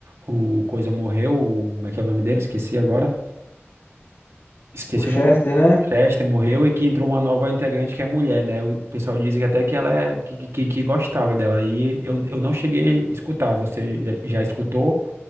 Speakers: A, on the right; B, on the left.
A: o Coisa morreu, o, como é que é o nome dele? Esqueci agora. Esqueci
B: O Chester,
A: o nome
B: né?
A: Chester morreu e que entrou uma nova integrante que é mulher, né? O pessoal diz que até que ela é que, que, que gostaram dela. Aí eu, eu não cheguei a escutar. Você já, já escutou?